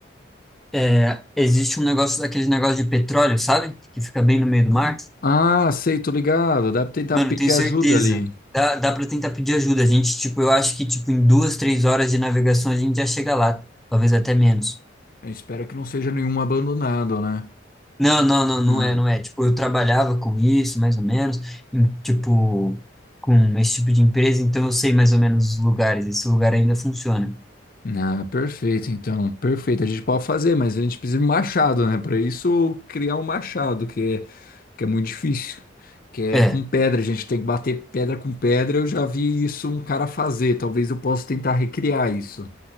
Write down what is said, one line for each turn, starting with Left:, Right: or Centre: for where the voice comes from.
Centre: é, existe um negócio, aquele negócio de petróleo, sabe? Que fica bem no meio do mar.
Left: Ah, sei, tô ligado. Dá pra tentar
Centre: Mano,
Left: pedir
Centre: eu tenho
Left: ajuda
Centre: certeza.
Left: ali.
Centre: Dá, dá pra tentar pedir ajuda. A gente, tipo, eu acho que, tipo, em duas, três horas de navegação a gente já chega lá. Talvez até menos.
Left: Eu espero que não seja nenhum abandonado, né?
Centre: Não, não, não,
Left: Hum.
Centre: não é, não é. Tipo, eu trabalhava com isso, mais ou menos, em, tipo, com esse tipo de empresa, então eu sei mais ou menos os lugares. Esse lugar ainda funciona.
Left: Ah, perfeito, então. Perfeito. A gente pode fazer, mas a gente precisa de um machado, né? Para isso, criar um machado, que que é muito difícil, que é
Centre: é
Left: com pedra, a gente tem que bater pedra com pedra. Eu já vi isso um cara fazer, talvez eu possa tentar recriar isso,